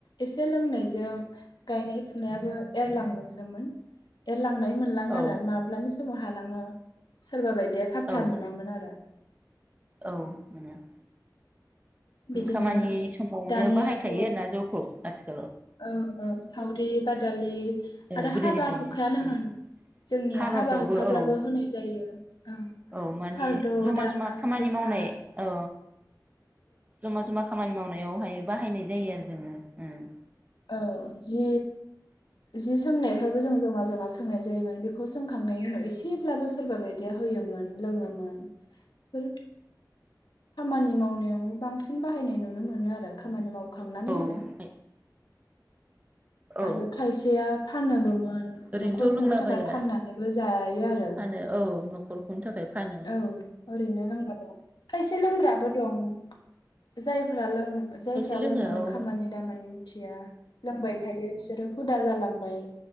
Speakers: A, on the left; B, on the right.
A: इसे लोंनाय जों गायनाय फुनायाबो एरलांनोसोमोन। एरलांनाय मोनलाङो
B: औ
A: आरो माब्लानिस समाव हालाङो सोरबा बायद या फाथथा
B: औ
A: मोनामोन आरो
B: औ मोनो
A: बिदिनो
B: खामानि समावनो
A: दानियाथ'
B: बाहायखायो आरोना जौखौ। आदस
A: औ औ सावरि बाद दालि
B: औ
A: आरो
B: गोदोनिफ्रायनो
A: हाबा हुखायानो होन
B: उम
A: जोंनिया
B: हाबाफ्रावबो
A: हाबा हुखाब्लाबो
B: औ
A: होनाय जायो ओं
B: औ माने
A: सारदु
B: जमा
A: दा
B: जमा
A: ओं
B: खामानि
A: दसा
B: मावनाय औ जमा जमा खामान मावनायावहाय बाहायनाय जायो आरो। जोङो उम।
A: औ जि जि सोंनायफ्राबो जों जमा जमा सोंनाय जायोमोन बेखौ सोंखांनायनि उनाव एसेब्लाबो सोरबा बायदिया होयोमोन लोङोमोन। बेफोर खामानि मावनायाव बांसिन बाहायनाय नुनो मोनो आरो खामानि माव खांनानै
B: औ
A: आरो।
B: औ
A: आरो खायसेया फानोबोमोन
B: ओरैनोथ'
A: नखर खुंनो
B: लोंलाबाया
A: थाखाय फाननानैबो जायो आरो
B: फानो औ न'खर खुंनो थाखाय फानो
A: औ ओरैनो लोंलाबाया खायसे लोंग्राबो दं। जायफोरा लों जायफ्रा
B: खायसे
A: लोङो
B: औ
A: खामानि दामानि मिथिया लोंबाय थायो बिसोर हुदा जालां लांमबाय